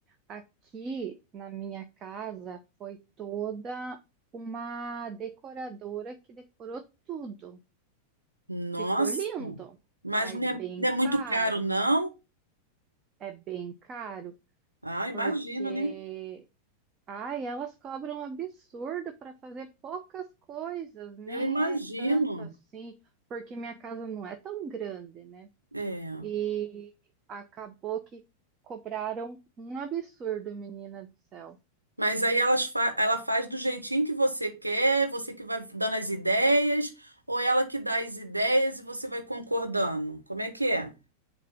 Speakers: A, on the right; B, on the right.
A: aqui na minha casa foi toda uma decoradora que decorou tudo.
B: Nossa,
A: Ficou lindo,
B: mas
A: mas
B: não é,
A: bem
B: não é muito
A: caro.
B: caro, não?
A: É bem caro
B: Ah, imagino,
A: porque
B: né?
A: Ai, elas cobram absurdo para fazer poucas coisas, nem
B: Eu imagino.
A: é tanto assim, porque minha casa não é tão grande, né?
B: É.
A: E acabou que cobraram um absurdo, menina do céu.
B: Mas aí elas fa- ela faz do jeitinho que você quer, você que vai dando as ideias, ou ela que dá as ideias e você vai concordando? Como é que é?